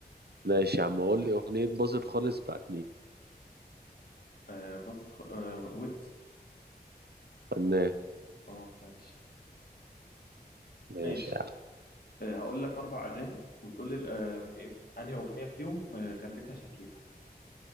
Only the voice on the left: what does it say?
آه بص آه ويجز
اه ماشي
ماشي
آه، هقول لك أربع أغاني وتقول لي ال- آه، م- م- أنهي أغنية فيهم آه، غنتها شاكيرا